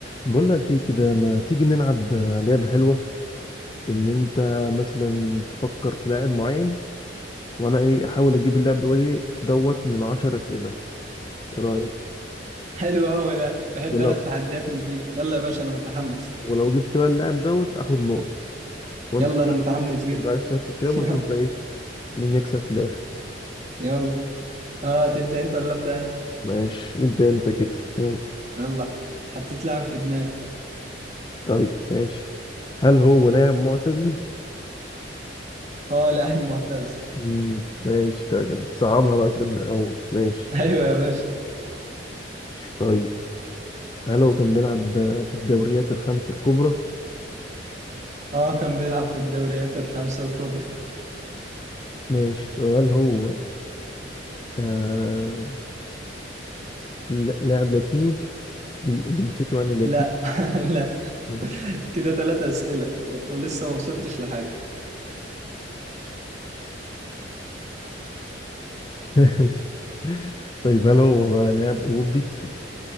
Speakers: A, on the left; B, on the right.
A: بقول لك ايه كده ما تيجي نلعب آه، لعبة حلوة ان انت مثلا تفكر في لاعب معين وانا ايه احاول اجيب اللاعب دوت دوت من عشر اسئلة ايه رأيك
B: حلو قوي ده بحب
A: ولو
B: انا التحديات من دي يلا يا باشا انا متحمس
A: ولو جبت بقى اللاعب دوت اخد نقطة وانت
B: يلا انا متحمس جدا
A: انت عايز نفس
B: <laughs>
A: الكلام
B: يلا
A: ونشوف بقى ايه مين يكسب في الاخر
B: يلا اه تبدا انت ولا ابدا انا
A: ماشي انت انت كده يلا.
B: يلا حطيت لاعب في دماغي
A: طيب ماشي هل هو لاعب معتزل؟
B: اه لاعب معتز
A: مم. ماشي ده كده بتصعبها بقى كده من الاول ماشي
B: <laughs> ايوه يا باشا
A: طيب هل هو كان بيلعب آه، في الدوريات الخمس الكبرى؟
B: اه كان بيلعب في الدوريات الخمسه الكبرى
A: ماشي طب هل هو آه... لا- لاعب لاتيني من جنسيته يعني لاتيني
B: لا <laughs> لا
A: ماشي
B: كده ثلاث اسئله و- ولسه ما وصلتش لحاجه
A: <laughs> ماشي طيب هل هو بقى لاعب أوروبي